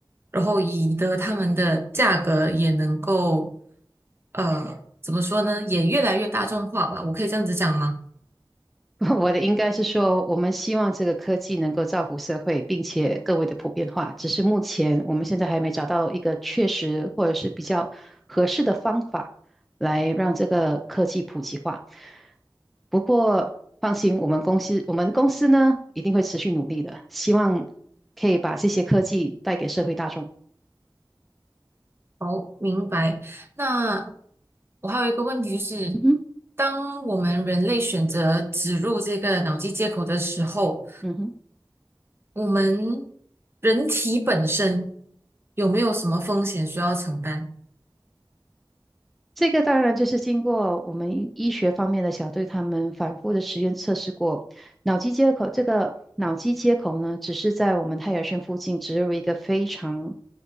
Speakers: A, on the right (about 30°); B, in the centre.
A: 然后以得他们的价格也能够，呃，怎么说呢，也越来越大众化吧？我可以这样子讲吗？
B: <laughs> 我的应该是说，我们希望这个科技能够造福社会，并且更为的普遍化。只是目前我们现在还没找到一个确实或者是比较合适的方法来让这个科技普及化。不过放心，我们公司我们公司呢一定会持续努力的，希望可以把这些科技带给社会大众。
A: 好，明白。那我还有一个问题就是，
B: 嗯哼，
A: 当我们人类选择植入这个脑机接口的时候，
B: 嗯哼。
A: 我们人体本身有没有什么风险需要承担？
B: 这个当然就是经过我们医学方面的小队他们反复的实验测试过，脑机接口这个脑机接口呢，只是在我们太阳穴附近植入一个非常